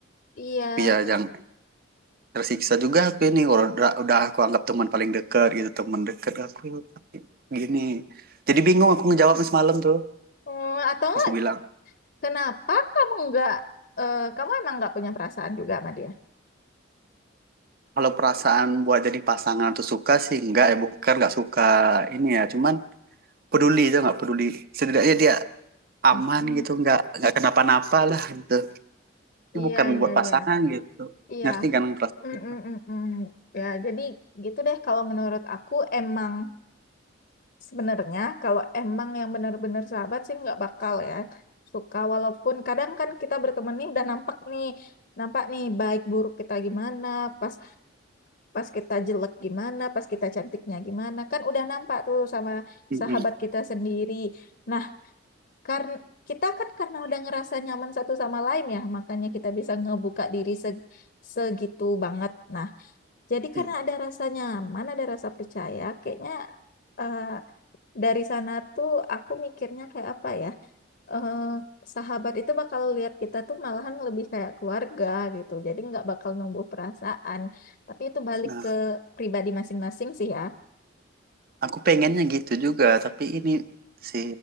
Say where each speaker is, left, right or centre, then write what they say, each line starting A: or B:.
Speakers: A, on the left; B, on the right.
A: Iya.
B: tapi ya jangan tersiksa juga aku ini kalau udah, udah aku anggap teman paling dekat gitu teman dekat aku tapi gini jadi bingung aku ngejawabnya semalam tuh
A: Mm, atau enggak,
B: aku bilang
A: kenapa kamu enggak eh, kamu emang enggak punya perasaan juga sama dia?
B: Kalau perasaan buat jadi pasangan atau suka sih enggak ya bukan nggak suka ini ya cuman peduli itu nggak peduli setidaknya dia aman
A: Mm,
B: gitu nggak nggak kenapa-napa lah gitu itu
A: Iya,
B: bukan
A: iya,
B: buat pasangan
A: iya.
B: gitu
A: Iya.
B: ngerti kan perasaan
A: Mm,
B: itu
A: mm, mm, mm. Ya, jadi gitu deh kalau menurut aku emang sebenarnya kalau emang yang benar-benar sahabat sih nggak bakal ya suka walaupun kadang kan kita berteman nih udah nampak nih nampak nih baik buruk kita gimana pas pas kita jelek gimana pas kita cantiknya gimana kan udah nampak tuh sama
B: Mm-mm.
A: sahabat kita sendiri. Nah karena kita kan karena udah ngerasa nyaman satu sama lain ya, makanya kita bisa ngebuka diri se- segitu banget. Nah, jadi
B: Iya.
A: karena ada rasa nyaman, ada rasa percaya, kayaknya eh, dari sana tuh aku mikirnya kayak apa ya? eh, sahabat itu bakal lihat kita tuh malahan lebih kayak keluarga gitu. Jadi nggak bakal numbuh perasaan, tapi itu balik
B: Nah
A: ke pribadi masing-masing sih ya.
B: aku pengennya gitu juga tapi ini si